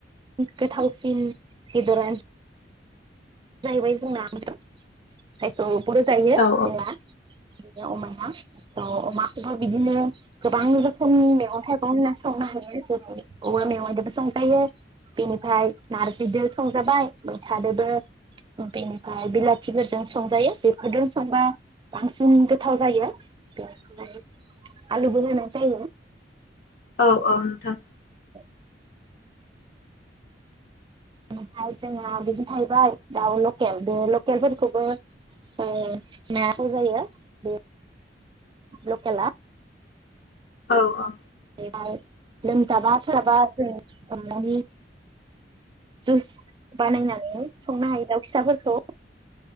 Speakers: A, on the right; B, on the left.
A: गोथावसिन बेदरा जाहैबाय जोंनादों जायखौ बर जायो
B: औ
A: जोंना बिनो अमाया थ' अमाखौबो बिदिनो गोबां रोखोम मैगं थाइगं होनना संनो हायो जेरै औवा मेवाइजदोबो संजायो बेनिफ्राय नारजिदो संजाबाय मैथादोबो बेनिफाय बिलाथिफोरजों संजायो बेफोरजों संबा बांसिन गोथाव जायो बेनिफ्राय आलुबो होनाय जायो।
B: औ औ नोंथां।
A: औ ओमफ्राय जोंना बिदि जाहैबाय दाउ लकेल बे लकेल फोरखौबो नायांगौ जायो बे लकेला
B: औ औ
A: ओफाय लोमजाबा साबा जों सनानै जुइस बानायनानै संनो हायो दाउ फिसाफोरखौ